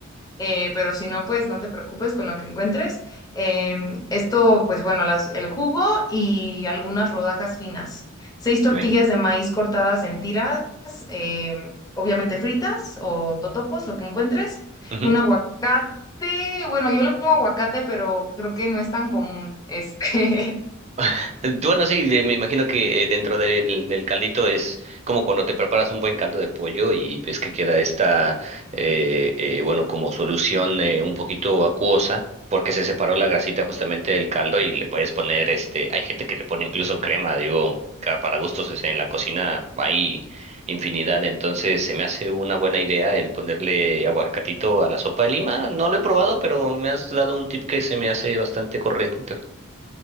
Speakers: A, on the left; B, on the right.
A: eh, pero si no, pues no te preocupes con lo que encuentres. Em, esto, pues bueno, las- el jugo y algunas rodajas finas. Seis tortillas
B: sí
A: de maíz cortadas en tiras, em, obviamente fritas o totopos, lo que encuentres.
B: Ujú.
A: Un aguacate, bueno, yo le pongo aguacate, pero creo que no es tan común. Este. <laughs>
B: <laughs> Bueno, sí, de- me imagino que eh, dentro del, del caldito es como cuando te preparas un buen caldo de pollo y ves que queda esta, eh, eh, bueno, como solución eh, un poquito acuosa, porque se separó la grasita justamente del caldo y le puedes poner, este, hay gente que le pone incluso crema, digo, ca- para gustos, o sea, en la cocina hay infinidad, entonces se me hace una buena idea el ponerle aguacatito a la sopa de lima. No lo he probado, pero me has dado un tip que se me hace bastante correcto.